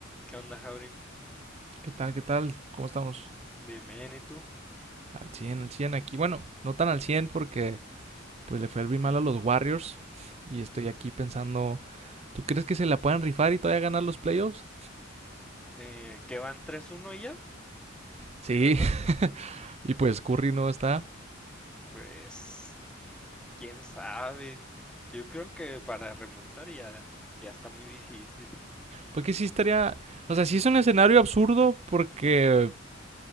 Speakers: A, in the centre; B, on the right.
A: ¿Qué onda, Jaurim?
B: ¿Qué tal? ¿Qué tal? ¿Cómo estamos?
A: Bien, bien, ¿y tú?
B: Al cien, al 100 aquí. Bueno, no tan al 100 porque pues le fue el bien mal a los Warriors y estoy aquí pensando, ¿tú crees que se la puedan rifar y todavía ganar los playoffs?
A: Eh, ¿qué van 3-1 ya? Sí,
B: Sí,
A: ¿verdad?
B: <laughs> y pues Curry no está.
A: Pues, quién sabe. Yo creo que para remontar ya, ya está muy difícil.
B: Porque sí estaría, o sea, sí es un escenario absurdo porque